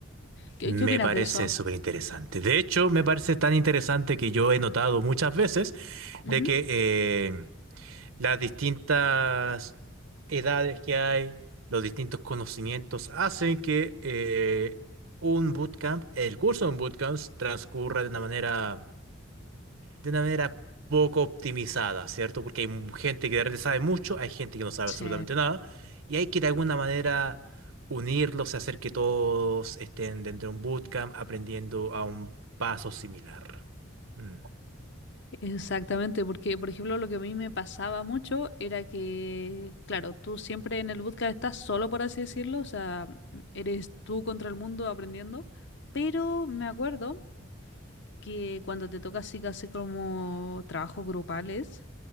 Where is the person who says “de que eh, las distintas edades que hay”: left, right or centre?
Right